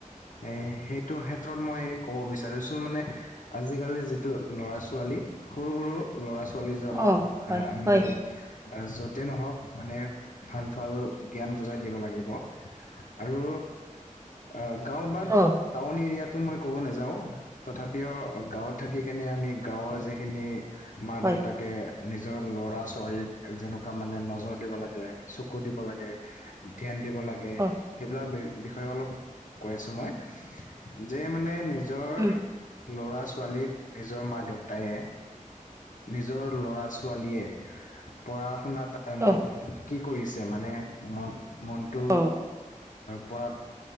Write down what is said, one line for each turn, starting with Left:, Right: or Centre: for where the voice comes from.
Left: এ সেইটো ক্ষেত্ৰত মই কব বিচাৰিছো মানে আজিকালি যিটো ল'ৰা ছোৱালী সৰু সৰু ল'ৰা ছোৱালী ছলীজনক
Right: অ হয়
Left: আমি
Right: হয়
Left: য'তে নহওক মানে ভাল ভাল জ্ঞান বুজাই দিব লাগিব আৰু আ গাঁও বা
Right: অ
Left: টাউন এৰিয়াটো মই ক'ব নেযাওঁ তথাপিও গাঁৱত থাকি কেনে আমি গাঁৱৰ যিখিনি মা
Right: হয়
Left: দেউতাকে নিজৰ ল'ৰা ছোৱালীক যেনেকোৱা মানে নজৰ দিব লাগে চকু দিব লা গে ধ্যান দিব লাগে
Right: অ
Left: সেইবিলাক বিষয়ে অলপ কৈ আছে মই যে মানে নিজৰ
Right: উম
Left: লৰা ছোৱালীক নিজৰ মা দেউতায়ে নিজৰ ল'ৰা ছোৱালীয়ে পঢ়া শুনাত টাইমত
Right: অ
Left: কি কৰিছে মানে মন মনটো
Right: অ
Left: পঢ়াত